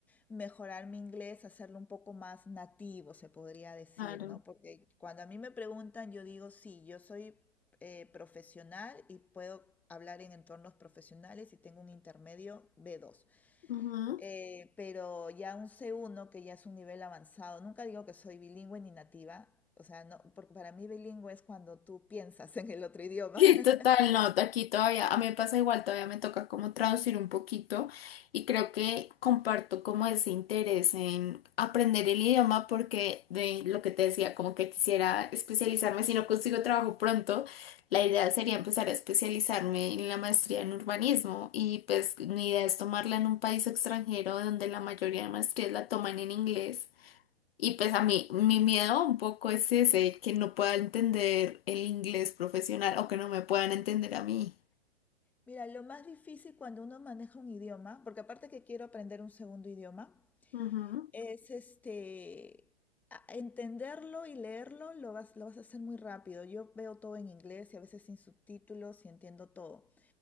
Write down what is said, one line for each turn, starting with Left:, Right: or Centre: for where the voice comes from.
Centre: mejorar mi inglés, hacerlo un poco más nativo, se podría decir,
Left: Claro.
Centre: ¿no? Porque cuando a mí me preguntan, yo digo, sí, yo soy eh, profesional y puedo hablar en entornos profesionales y tengo un intermedio B2.
Left: Ujú.
Centre: Eh, pero ya un c uno que ya es un nivel avanzado, nunca digo que soy bilingüe ni nativa, o sea, no, porque para mí bilingüe es cuando tú piensas en el otro idioma.
Left: <laughs> Sí,
Centre: <laughs>
Left: total, no, aquí todavía, a mí me pasa igual, todavía me toca como traducir un poquito y creo que comparto como ese interés en aprender el idioma porque de lo que te decía, como que quisiera especializarme, si no consigo trabajo pronto, la idea sería empezar a especializarme en la maestría en urbanismo y pues mi idea es tomarla en un país extranjero donde la mayoría de maestrías la toman en inglés. Y pues a mí, mi miedo un poco es ese, que no pueda entender el inglés profesional o que no me puedan entender a mí.
Centre: Mira, lo más difícil cuando uno maneja un idioma, porque aparte que quiero aprender un segundo idioma,
Left: Ujú,
Centre: es este, a- entenderlo y leerlo, lo vas, lo vas a hacer muy rápido. Yo veo todo en inglés y a veces sin subtítulos y entiendo todo.